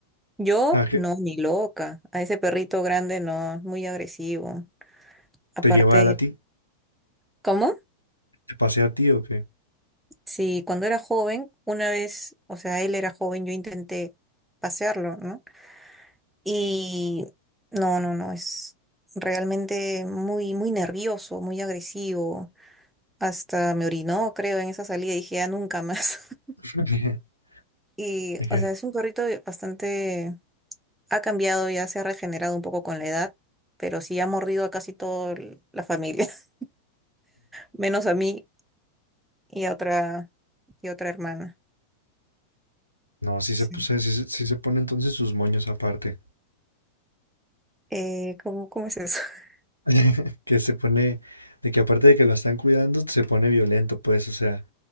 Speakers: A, in the centre; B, on the right (about 85°).
A: yo
B: ¿A qué?
A: no, ni loca. A ese perrito grande no, es muy agresivo. Aparte,
B: ¿Te lleva él a ti?
A: ¿cómo?
B: ¿Te pasea a ti o qué?
A: Sí, cuando era joven, una vez, o sea, él era joven, yo intenté pasearlo, ¿no? Y no, no, no, es realmente muy, muy nervioso, muy agresivo. Hasta me orinó, creo, en esa salida y dije, ya nunca más. <laughs>
B: <laughs>
A: Y,
B: Dije,
A: o sea, es un perrito bastante, ha cambiado, ya se ha regenerado un poco con la edad, pero sí ha mordido a casi toda la familia, <laughs> menos a mí y a otra, y a otra hermana.
B: No, sí
A: Sí.
B: se puse, sí, se sí se pone entonces sus moños aparte.
A: Eh, ¿cómo, cómo es eso? <laughs>
B: <laughs> Que se pone, de que aparte de que lo están cuidando, se pone violento, pues, o sea,